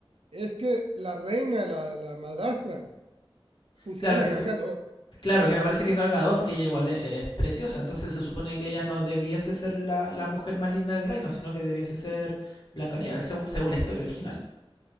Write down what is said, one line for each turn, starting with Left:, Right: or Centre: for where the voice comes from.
Right: es que la reina, la, la madrastra, pusieron
Left: claro
Right: a
Left: que
Right: Gal
Left: me,
Right: Gadot.
Left: claro que me parece que Gal Gadot, que ella igual es, es preciosa, entonces se supone que ella no debiese ser la, la mujer más linda del reino, sino que debiese ser Blancanieves, según, según la historia original.